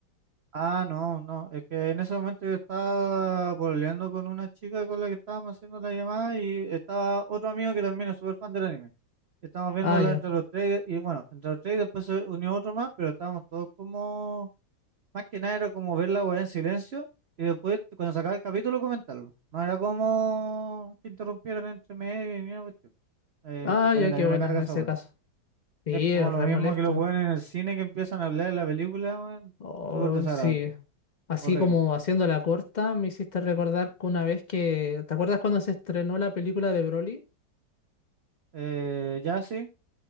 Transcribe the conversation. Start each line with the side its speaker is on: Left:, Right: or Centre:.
Right: Ah, no, no, es que en ese momento yo estaba pololeando con una chica con la que estábamos haciendo la llamada y estaba otro amigo que también es súper fan del anime. Estábamos viéndola
Left: Ah, ya.
Right: entre los tres y bueno, entre los tres y después se unió otro más, pero estábamos todos como, más que nada era como ver la weá en silencio y después cuando sacaba el capítulo comentarlo. No era como que interrumpieran entre medio y ni una cuestión, eh,
Left: Ah,
Right: porque
Left: ya,
Right: a mí también
Left: qué buena
Right: me carga
Left: en
Right: esa
Left: ese
Right: weá.
Left: caso. Sí,
Right: Es como
Left: es
Right: lo
Left: re
Right: mismo
Left: molesto.
Right: que los weones en el cine que empiezan a hablar de la película, weón.
Left: Oh,
Right: Súper desagradable,
Left: sí. Así
Right: horrible.
Left: como haciendo la corta, me hiciste recordar que una vez que. ¿Te acuerdas cuando se estrenó la película de Broly?
Right: Eh, ya sí,